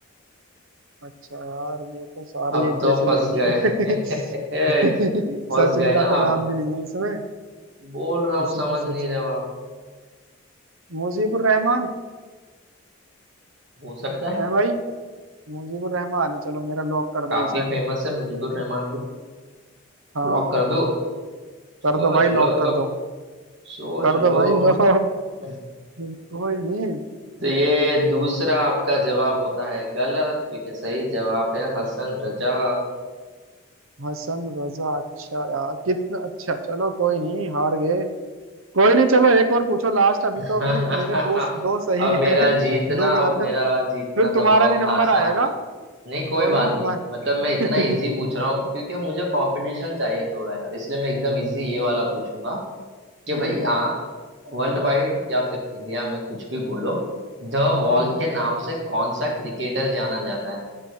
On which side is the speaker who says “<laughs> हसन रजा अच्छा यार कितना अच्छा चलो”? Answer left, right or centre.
Right